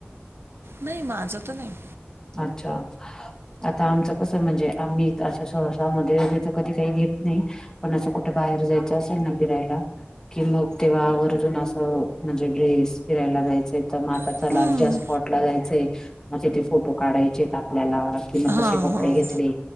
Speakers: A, on the right (about 75°); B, on the left (about 15°).
A: नाही माझं तर नाही.
B: अच्छा आता आमचं कस म्हणजे आम्ही. असं सहसा मध्ये इथ कधी काही घेत नाही पण असं कुठं बाहेर जायचं असेल ना फिरायला. कि मग तेव्हा आवर्जून असं म्हणजे ड्रेस फिरायला जायचंय. तर मग आता
A: हम्म
B: चला ज्या स्पॉटला जायचंय आहे मग तिथे फोटो काढायचे आहेत आपल्याला. तर मग
A: हा
B: तसे कपडे
A: हा.
B: घेतले